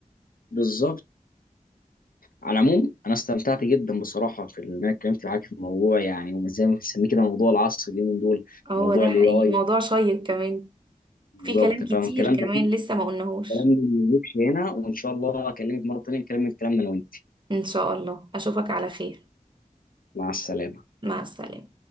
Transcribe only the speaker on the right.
هو
ده
حقيقي
موضوع شيق كمان
في كلام كتير
كمان
لسه ما قلناهوش
ان شاء الله اشوفك على خير
مع السلامة